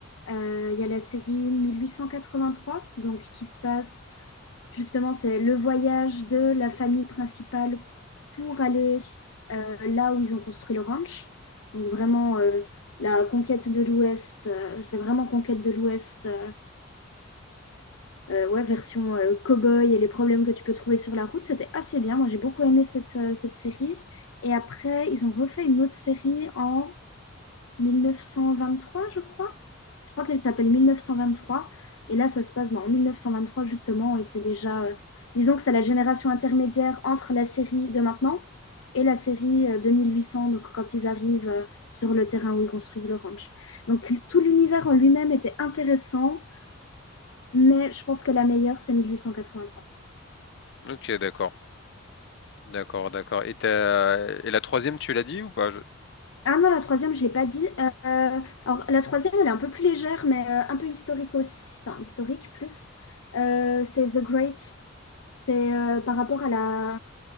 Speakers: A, on the left; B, on the left.
A: Euh, Il y a la série 1883, donc qui se passe Justement, c'est le voyage de la famille principale pour aller euh, là où ils ont construit le ranch. Donc vraiment, euh, la conquête de l'Ouest, euh, c'est vraiment conquête de l'Ouest, euh, euh, ouais, version euh, cow-boy et les problèmes que tu peux trouver sur la route. C'était assez bien. Moi, j'ai beaucoup aimé cette, euh, cette série. Et après, ils ont refait une autre série en mille neuf cent vingt trois je crois. Je crois qu'elle s'appelle mille neuf cent vingt trois Et là, ça se passe ben, en trois justement. Et c'est déjà, euh, disons que c'est la génération intermédiaire entre la série de maintenant et la série euh, 2800, donc quand ils arrivent euh, sur le terrain où ils construisent le ranch. Donc tout l'univers en lui-même était intéressant, mais je pense que la meilleure, c'est mille huit cent quatre vingt trois
B: ok, d'accord, d'accord, d'accord. Et t'as- et la troisième, tu l'as dit ou pas? Je-
A: Ah non, la troisième, je l'ai pas dit. Euh, alors, la troisième, elle est un peu plus légère, mais euh, un peu historique aussi. Enfin, historique plus. Euh, c'est The Great. C'est euh, par rapport à la,